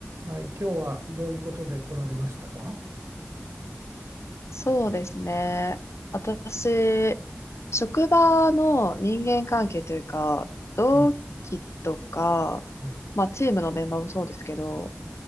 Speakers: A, on the right (about 85°); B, on the left (about 80°).
A: はい、今日はどういうことで来られましたか
B: そうですね。私、職場の人間関係というか、同期とか、
A: うん、はい、
B: まあチームのメンバーもそうですけど、